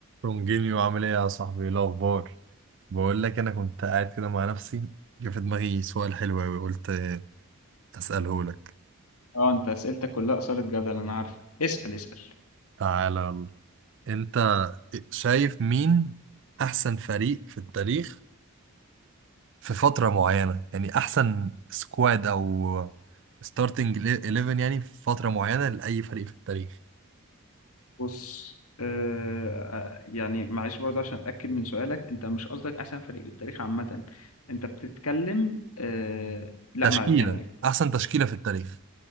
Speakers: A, on the right; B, on the left.
A: رونجينيو عامل ايه يا صاحبي ايه الاخبار بقول لك انا كنت قاعد كده مع نفسي جه في دماغي سؤال حلو قوي قلت اساله لك
B: اه انت اسئلتك كلها اثارت جدل انا عارفك اسال اسال
A: تعالى يلا انت شايف مين احسن فريق في التاريخ في فترة معينة يعني احسن سكواد او ستارتنج 11 يعني في فترة معينة لاي فريق في التاريخ
B: بص آه يعني معلش برضه عشان اتاكد من سؤالك انت مش قصدك احسن فريق بالتاريخ عامه انت بتتكلم آه لا
A: تشكيلة
B: مع يعني
A: احسن تشكيلة في التاريخ